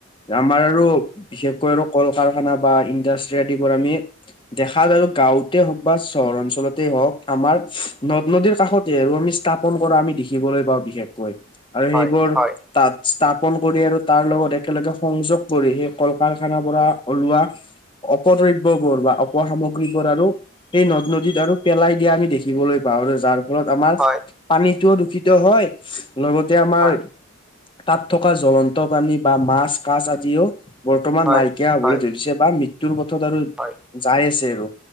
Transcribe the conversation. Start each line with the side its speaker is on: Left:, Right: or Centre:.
Left: আমাৰ আৰু বিশেষকৈ আৰু কল কাৰখানা বা ইণ্ডাষ্ট্ৰি আদিবোৰ আমি- দেখাত আৰু গাওঁতে হওক বা চহৰ অঞ্চলতে হওঁক আমাৰ নদ -নদীৰ কাষতে আৰু আমি। পন কৰা আমি দেখিবলৈ পাওঁ বিশেষকৈ আৰু
Centre: হয়
Left: সেইবোৰ
Centre: হয়
Left: তাত স্থাপন কৰি আৰু তাৰ লগত একেলগে সংযোগ কৰি সেই কল -কাৰখানাৰ পৰা ওলোৱা- অপদ্ৰব্যবোৰ বা অপসামগ্ৰীবোৰ আৰু- সেই নদ- নদীত আৰু পেলাই দিয়া আমি দেখিবলৈ পাওঁ আৰু যাৰ ফলত আমাৰ
Centre: হয়
Left: পানীটোও দূষিত হয় লগতে আমাৰ
Centre: হয়
Left: তাত থকা জ্বলন্ত প্ৰানী বা মাছ, কাছ আদিও বৰ্তমান
Centre: হয়
Left: নাইকিয়া হ'বলৈ
Centre: হয়
Left: ধৰিছে বা মৃত্যুৰ পথত আৰু
Centre: হয়।
Left: যাই আছে আৰু